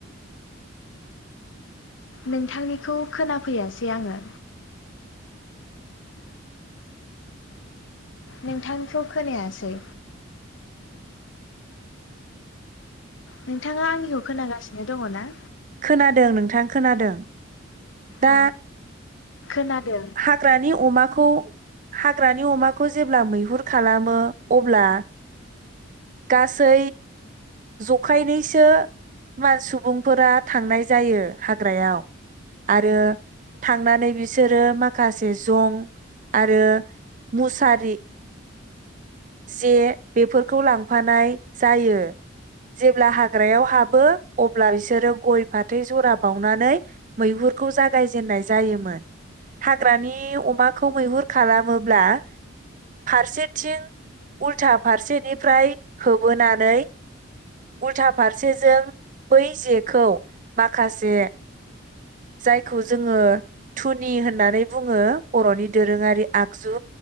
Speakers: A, on the left (about 65°); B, on the right (about 40°).
A: नोंथांनिखौ खोनाफैयासै आङो? नोंथांखौ खोनायासै। नोंथाङा आंनिखौ खोनागासिनो? दङ ना।
B: खोनादों नोंथां खोनादों। दा।
A: अ खोनादों
B: हाग्रानि अमा। खौ हाग्रानि अमाखौ जेब्ला मैहुर खालामो अब्ला गासै जखायनैसो सुबुंफोरा थांनाय जायो हाग्रायाव आरो थांनानै बिसोरो माखासे जं आरो मुसारि जे बेफोरखौ लांफानाय जायो। जेब्ला हाग्रायाव हाबो अब्ला बिसोरो गय फाथै जरा बावनानै मैहुरखौ जागायजेननाय जायोमोन हाग्रानि अमाखौ मैहुर खालामोब्ला फारसेथिं उल्था फारसेनिफ्राय होबोनानै। उल्था फारसेजों बै जेखौ माखासे जायखौ जोङो धुनि होननानै बुङो बर'नि दोरोङारि आगजु